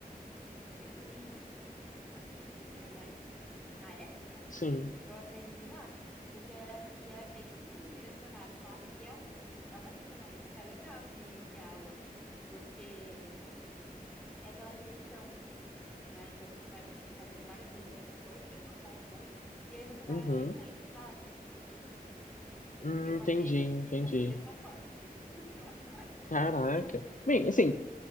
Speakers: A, in the centre; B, on the left.
A: Eu sinto bem que hoje em dia eu não sei muito, muita mais coisa também, né? Mas na época
B: Sim.
A: eu aprendi lá, porque era, e é bem direcionado, sabe? E é um, assim, é uma sistemática até legal de, de aula, porque é pela repetição, né? Então você vai fazendo várias vezes a mesma coisa, a mesma conta, e aí você vai
B: Uhum.
A: aprendendo, sabe?
B: Hum,
A: Eu passei
B: entendi,
A: desse,
B: entendi.
A: eu passei dessa forma <laughs> em matemática.
B: Caraca. Bem, assim,